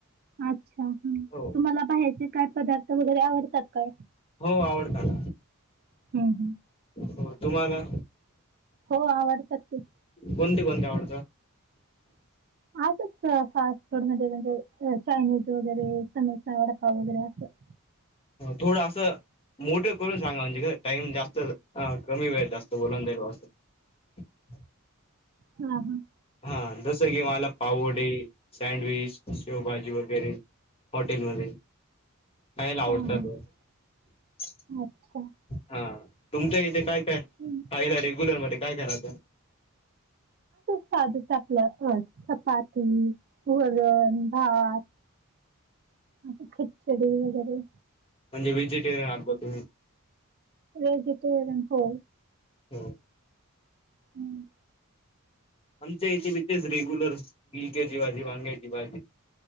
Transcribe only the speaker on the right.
अच्छा हम्म
तुम्हाला बाहेरचे काय पदार्थ वगैरे आवडतात. काय
हम्म हम्म
हो आवडतात ते.
असंच फास्ट फूड मध्ये म्हणजे चायनीज वगैरे समोसा, वडपा वगैरे असं.
हा हा!
हा
हा
अच्छा
हं.
साध आपलं चपाती, वरण, भात
अस खिचडी वगैरे
वेजिटेरियन हो.
हम्म!